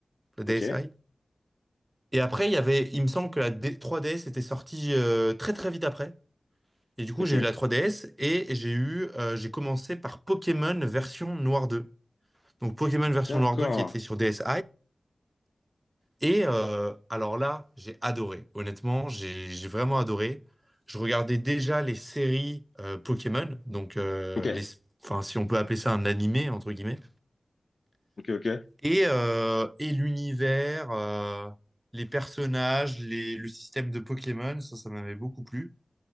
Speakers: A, on the right; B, on the left.
A: la DSi.
B: Ok,
A: Et après, il y avait, il me semble que la D- 3DS était sortie euh, très très vite après. Et du coup,
B: ok,
A: j'ai eu la 3DS et j'ai eu, euh, j'ai commencé par Pokémon version Noir deux. Donc Pokémon version
B: d'accord.
A: Noir 2 qui était sur DSi. Et euh, alors là, j'ai adoré. Honnêtement, j'ai j'ai vraiment adoré. Je regardais déjà les séries euh, Pokémon, donc euh,
B: Ok,
A: les, enfin, si on peut appeler ça un animé, entre guillemets.
B: ok, ok,
A: Et, euh, et l'univers, euh, les personnages, les- le système de Pokémon, ça, ça m'avait beaucoup plu.